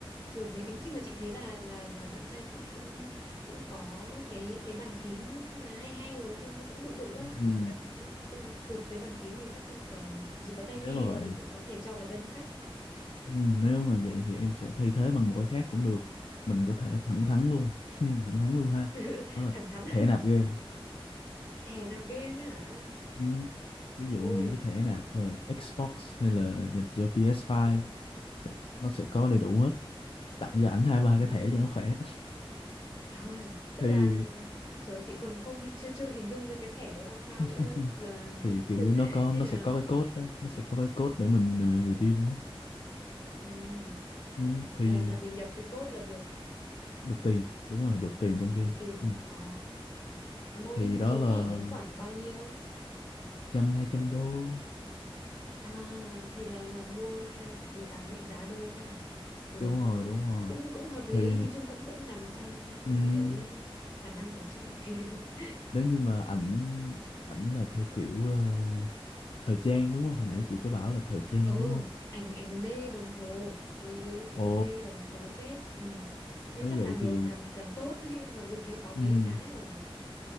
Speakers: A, on the left (about 30°); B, on the left (about 70°).
A: chuột máy tính chứ mà chị thấy là là là bạn trai chị cũng cũng có cái cái bàn phím mà hay hay rồi trông nó cũng bự bự á
B: ừ
A: chắc ừ, ừ, chuột với bàn phím thì chắc không cần chỉ có tai nghe
B: nếu mà vậy
A: thì cũng có thể cho vào danh sách
B: Ừ, nếu mà vậy thì em sẽ thay thế bằng một cái khác cũng được mình có thể thẳng thắn luôn <laughs> thẳng thắn luôn ha
A: <laughs>
B: đó là
A: thẳng thắn
B: thẻ nạp game
A: <laughs> thè nạp game ấy hả
B: ừ. ví dụ
A: ôi
B: những cái thẻ nạp ờ, Xbox hay là dành cho PS5 sẽ, nó sẽ có đầy đủ hết tặng cho ảnh hai ba
A: ừ.
B: cái thẻ cho nó khỏe
A: Trời
B: <laughs>
A: tức
B: thì
A: là trời chị còn không hi- chưa chưa hình dung ra cái thẻ đấy là sao
B: <laughs>
A: nữa là
B: thì kiểu
A: <laughs>
B: nó có
A: như
B: nó
A: nào.
B: sẽ có cái code đó nó sẽ có cái code để mình ờ, redeem đó
A: Ừ,
B: ừ. thì
A: là là mình nhập cái code là được
B: được tiền đúng rồi được tiền trong game
A: được tiền.
B: ừ.
A: Ờ, mỗi
B: thì đó
A: cái
B: là
A: thẻ đấy khoảng bao nhiêu?
B: trăm hai trăm đô
A: À thì là là mua theo giá mệnh giá đô ấy hả? Được
B: đúng rồi
A: đó.
B: đúng rồi
A: Cũng cũng hợp lý,
B: thì
A: nhìn chung cũng vẫn nằm trong trong
B: ừm,
A: cái ờ, khả năng của chị. <laughs>
B: nếu như mà ảnh ảnh là theo kiểu ờ, thời trang đúng không hồi nãy chị có bảo là thời trang
A: Ừ,
B: đúng không
A: anh anh mê đồng hồ, người, người yêu chị
B: ồ
A: là mê đồng hồ phết. Ừ. Nên
B: nếu
A: chắc
B: vậy
A: càng
B: thì
A: nhiều càng càng tốt ấy. <laughs> Mặc dù thấy có mấy
B: ừm,
A: cái rồi.